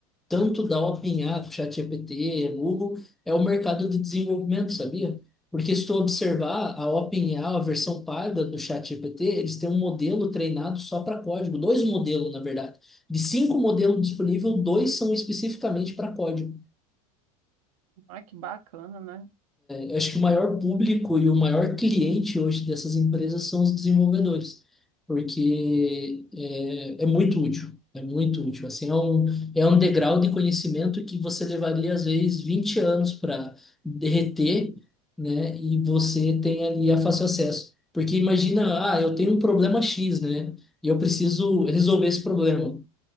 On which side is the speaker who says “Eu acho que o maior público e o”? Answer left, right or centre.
Centre